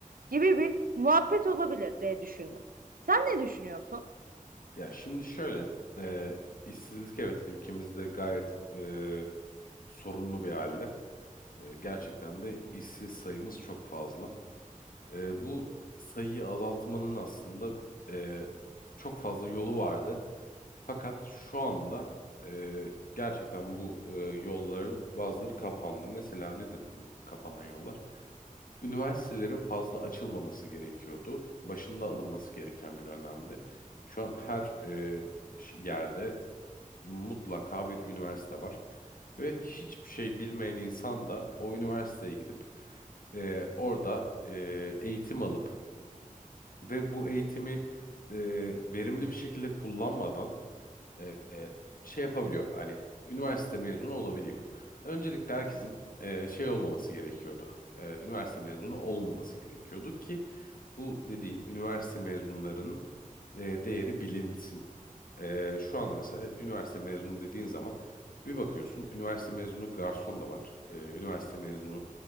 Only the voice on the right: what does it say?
gibi bir muhabbet olabilir diye düşündüm. Sen ne düşünüyorsun?